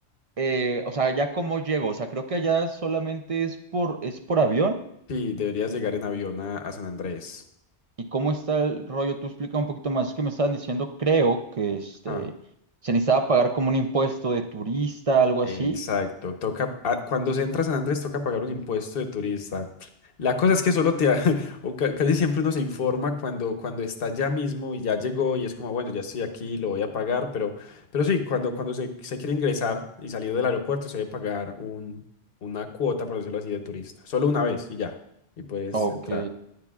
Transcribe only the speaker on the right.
eh, o sea, ya cómo llego, o sea, creo que allá solamente es por, es por avión.
¿Y cómo está el rollo? Tú explica un poquito más. Es que me estaban diciendo, creo que este,
se necesitaba pagar como un impuesto de turista, algo
así.
Ok.